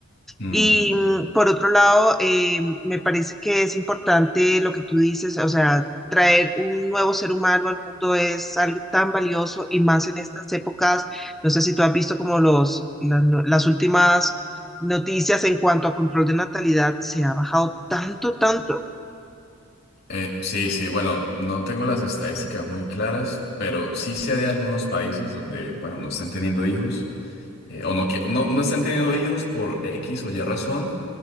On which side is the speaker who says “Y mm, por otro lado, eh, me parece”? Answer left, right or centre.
Centre